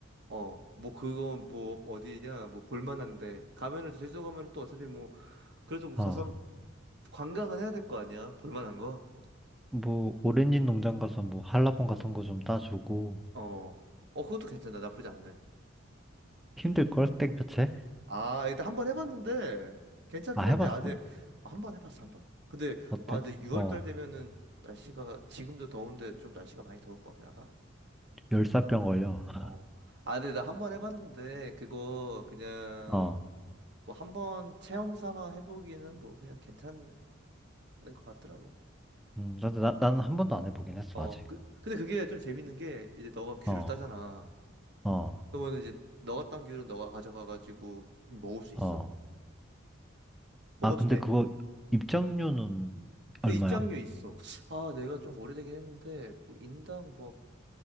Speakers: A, on the right; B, in the centre.
A: 어, 뭐 그건 뭐 어디냐, 뭐 볼만한데. 가면은 제주도 가면은 또 어차피 뭐 그래도 뭐
B: 어,
A: 가서 관광은 해야 될 거 아니야? 볼만한 거?
B: 뭐, 오렌지 농장 가서 뭐, 한라봉 같은 거 좀 따주고,
A: 어. 어, 그것도 괜찮다. 나쁘지 않네.
B: 힘들걸? 땡볕에?
A: 아, 일단 한 번 해봤는데 괜찮긴
B: 아, 해봤어?
A: 한데 아, 근데 한 번 해봤어 한 번. 근데
B: 어때?
A: 아, 근데 6월달
B: 어,
A: 되면은 날씨가 지금도 더운데 좀 날씨가 많이 더울 것 같긴 하다.
B: 열사병 걸려. <laughs>
A: 어. 아, 근데 나 한 번 해봤는데 그거 그냥
B: 어,
A: 뭐 한 번 체험 삼아 해보기는 뭐 그냥 괜찮은 것 같더라고.
B: 음, 난, 나, 나는 한 번도 안 해보긴 했어,
A: 어,
B: 아직.
A: 그, 근데 그게 좀 재밌는 게 이제 너가 귤을
B: 어,
A: 따잖아.
B: 어,
A: 그러면 이제 너가 딴 기울은 너가 가져가가지고 음, 먹을 수
B: 어.
A: 있어. 먹어도
B: 아, 근데
A: 돼.
B: 그거 입장료는
A: 그
B: 얼마야?
A: 입장료 있어. 아, 내가 좀 오래되긴 했는데 뭐 인당 뭐